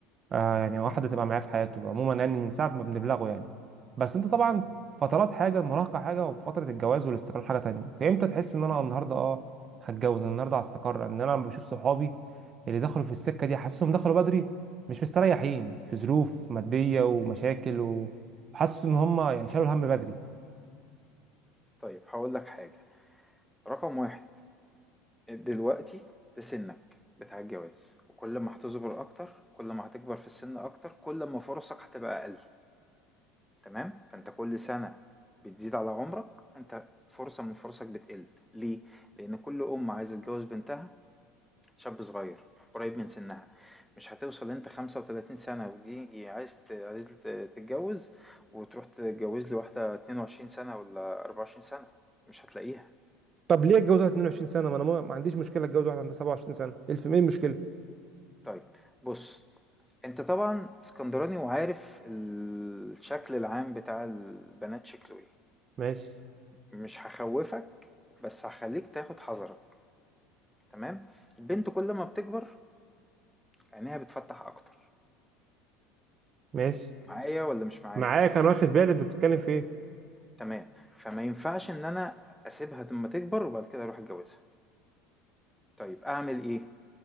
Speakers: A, on the right; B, in the centre.
A: آه يعني واحدة تبقى معاه في حياته عموما يعني من ساعة ما بنبلغه يعني بس انت طبعا فترات حاجة المراهقة حاجة وفترة الجواز والاستقرار حاجة تانية انت امتى تحس ان انا النهاردة اه هتجوز النهاردة هستقر ان انا لما بشوف صحابي اللي دخلوا في السكة دي حاسسهم دخلوا بدري مش مستريحين في ظروف مادية ومشاكل وحاسس ان هم يعني شالوا الهم بدري
B: طيب هقول لك حاجة رقم واحد دلوقتي ده سنك بتاع الجواز وكل ما هتصبر أكتر كل ما هتكبر في السن أكتر كل ما فرصك هتبقى أقل تمام؟ فأنت كل سنة بتزيد على عمرك أنت فرصة من فرصك بتقل ليه؟ لأن كل أم عايزة تجوز بنتها شاب صغير قريب من سنها مش هتوصل انت 35 سنة وتيجي عايز ت- عايز ت- تتجوز وتروح تتجوز لواحدة 22 سنة ولا 24 سنة مش هتلاقيها
A: طب ليه اتجوز واحد 22 سنه ما انا ما ما عنديش مشكله اتجوز واحد عندها 27 سنه الف ايه المشكله
B: طيب بص انت طبعا اسكندراني وعارف ال- الشكل العام بتاع البنات شكله ايه
A: ماشي
B: مش هخوفك بس هخليك تاخد حذرك تمام البنت كل ما بتكبر عينيها بتفتح اكتر
A: ماشي
B: معايا ولا مش معايا
A: معاك انا واخد بالي انت بتتكلم في ايه
B: تمام، فما ينفعش إن أنا أسيبها لمّا تكبر وبعد كده أروح أتجوزها، طيب أعمل إيه؟